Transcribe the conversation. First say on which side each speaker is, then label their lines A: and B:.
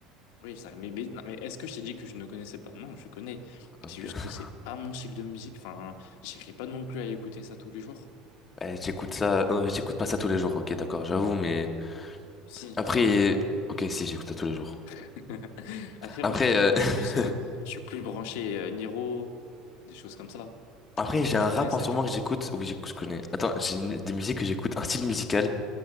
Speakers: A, on the left; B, on the left.
A: Oui, ça, mais, mais, non, mais est-ce que je t'ai dit que je ne connaissais pas? Non, je connais.
B: Ok.
A: C'est juste
B: <laughs>
A: que c'est pas mon style de musique. Enfin, j'irai pas non plus à écouter ça tous les jours.
B: Ouais, j'écoute ça. euh, j'écoute pas ça tous les jours, ok, d'accord, j'avoue, mais.
A: Si.
B: Après. Ok, si, j'écoute ça tous les jours.
A: <laughs> Après, moi,
B: Après,
A: je suis en pas.
B: euh,
A: Moi,
B: <laughs>
A: je suis plus, euh, je suis plus branché euh, Niro, des choses comme ça.
B: Après, j'ai
A: Tu
B: un
A: connais
B: rap
A: ça,
B: en ce
A: Niro?
B: moment que j'écoute. Oui, j'écoute, je connais. Attends, j'ai une- des musiques que j'écoute, un style musical